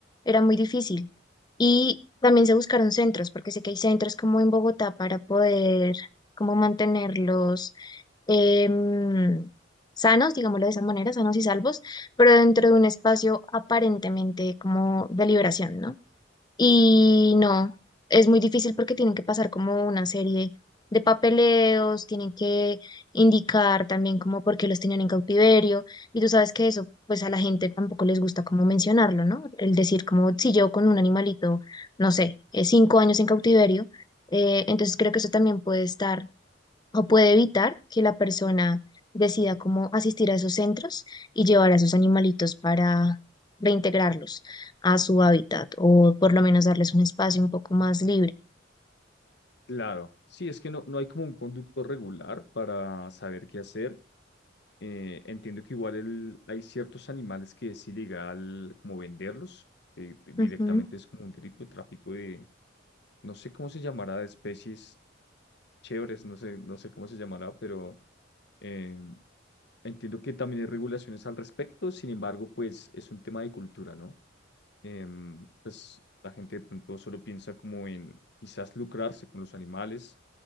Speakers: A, on the left; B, on the left.
A: era muy difícil. Y también se buscaron centros, porque sé que hay centros como en Bogotá para poder como mantenerlos em, sanos, digámoslo de esa manera, sanos y salvos, pero dentro de un espacio aparentemente como de liberación, ¿no? Y no, es muy difícil porque tienen que pasar como una serie de papeleos, tienen que indicar también como por qué los tenían en cautiverio. Y tú sabes que eso, pues a la gente tampoco les gusta como mencionarlo, ¿no? El decir como si llevo con un animalito, no sé, eh, cinco años en cautiverio. eh, entonces creo que eso también puede estar o puede evitar que la persona decida cómo asistir a esos centros y llevar a esos animalitos para reintegrarlos a su hábitat o por lo menos darles un espacio un poco más libre.
B: Claro, sí, es que no, no hay como un conducto regular para saber qué hacer. Eh, entiendo que igual el- hay ciertos animales que es ilegal como venderlos, eh, directamente
A: Ujú,
B: es como un delito de tráfico de, no sé cómo se llamará, de especies chéveres, no sé, no sé cómo se llamará, pero eh, entiendo que también hay regulaciones al respecto, sin embargo, pues es un tema de cultura, ¿no? em, pues la gente de pronto solo piensa como en quizás lucrarse con los animales,